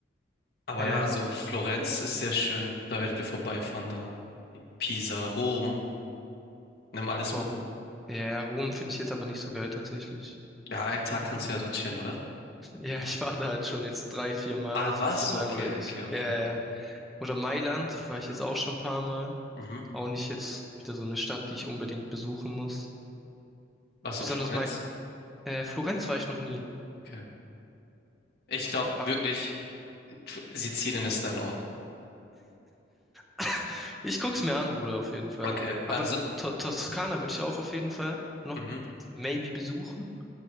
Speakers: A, on the left; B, in the centre.
A: Aber
B: Ähm,
A: ja, also Florenz ist sehr schön. Da werdet ihr vorbeifahren dann. Pisa, Rom, nimm alles
B: boah,
A: mit.
B: Ro- ja, ja, Rom finde ich jetzt aber nicht so geil tatsächlich.
A: Ja, einen Tag kannst du ja dort chillen, oder?
B: Ja, ich war da halt schon jetzt drei, vier Mal.
A: Ah,
B: Ist
A: was?
B: ein bisschen langweilig.
A: Okay, okay, okay,
B: Ja,
A: okay.
B: ja. ja. Oder Mailand war ich jetzt auch schon ein paar Mal.
A: Mhm.
B: Auch nicht jetzt wieder so eine Stadt, die ich unbedingt besuchen muss.
A: Also
B: Besonders
A: Florenz?
B: Mai äh, Florenz war ich noch nie.
A: Okay. Ich glaube
B: Aber
A: wirklich, F- Sizilien ist dein Ort.
B: <laughs> ich guck's mir an, Bruder, auf jeden Fall.
A: Okay.
B: Aber
A: Also,
B: To- Toskana würde ich auch auf jeden Fall noch
A: mhm.
B: maybe besuchen.